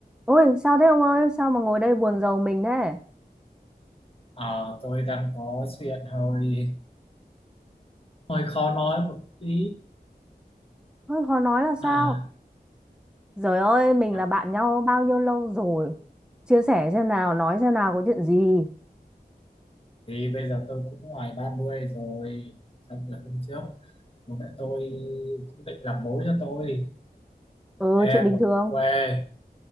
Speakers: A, in the centre; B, on the left.
A: Ôi sao thế ông ơi Sao mà ngồi đây buồn rầu mình thế
B: Ờ, tôi đang có chuyện hơi hơi khó nói một tí
A: Ôi, khó nói là sao
B: à,
A: Trời ơi mình
B: à
A: là bạn nhau bao nhiêu lâu rồi Chia sẻ xem nào Nói xem nào có chuyện gì
B: thì bây giờ tôi cũng ngoài 30 rồi xong rồi hôm trước bố mẹ tôi cũng định làm mối cho tôi một
A: Ừ
B: em
A: chuyện bình
B: ở
A: thường
B: cùng quê